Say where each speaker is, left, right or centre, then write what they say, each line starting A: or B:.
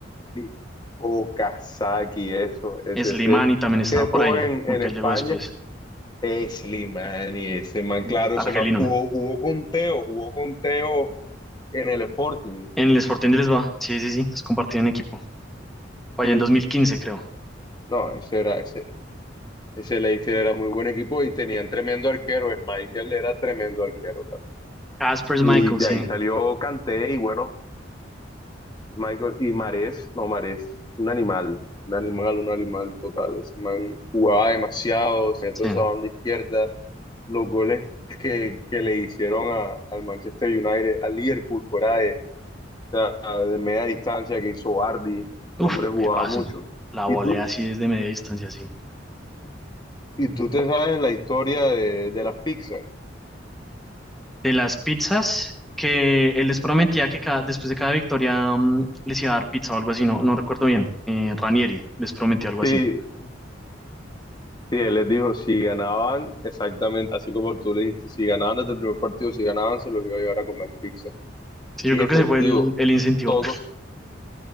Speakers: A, on the left; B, in the centre.
A: y- o Kazaki, eso, ese,
B: Slimani
A: ese,
B: también estaba
A: que después
B: por ahí,
A: jugó en,
B: aunque
A: en España,
B: él llegó después,
A: es Slimani, ese man,
B: el
A: claro,
B: argelino.
A: ese man jugó, jugó con Teo, jugó con Teo en el Sporting,
B: En el Sporting de Lisboa. Sí, sí, sí. Es compartido en equipo. Fue
A: sí,
B: allá en 2015, creo.
A: no, ese era, ese, ese Leicester era muy buen equipo y tenían tremendo arquero, Michael era tremendo arquero también.
B: Caspers
A: Y
B: Michael,
A: de
B: sí.
A: ahí salió Kanté y bueno, Michael y Marés, no, Marés, un animal, un animal, un animal total. Ese man jugaba demasiado, se toda
B: Sí.
A: esa banda izquierda. Los goles que, que le hicieron a- al Manchester United, al Liverpool, fuera de, o sea, de media distancia que hizo Vardy, el hombre
B: Uf,
A: jugaba
B: me paso.
A: mucho.
B: La volea
A: Y tú,
B: así desde media distancia, sí.
A: y tú te sabes la historia de, de las pizzas.
B: de las pizzas, que él les prometía que cada- después de cada victoria mm, les iba a dar pizza o algo así, no, no recuerdo bien. Eh, Ranieri les prometió algo
A: Sí,
B: así.
A: sí, él les dijo, si ganaban, exactamente así como tú le dijiste, si ganaban desde el primer partido, si ganaban, se los iba a llevar a comer pizza.
B: Sí, yo
A: y
B: creo
A: efectivo.
B: que ese fue el, el incentivo.
A: Todos,